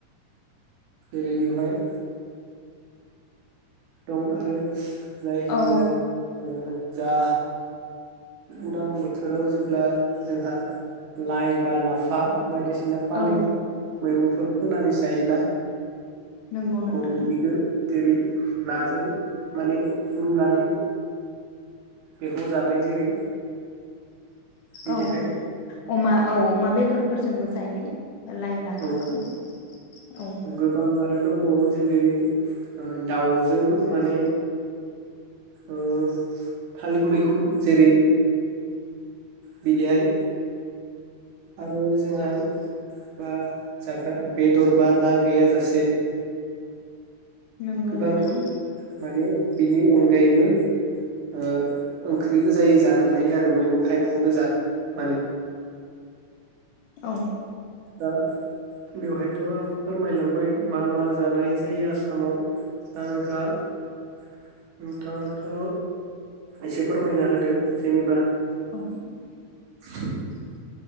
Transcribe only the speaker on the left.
औ
औ
नंगौ नोंथां
औ अमा औ अमा बेद बेदरफोरजोंबो जायो लाइ
लाफाखौ औ
नंगौ
नोंथां
औ
औ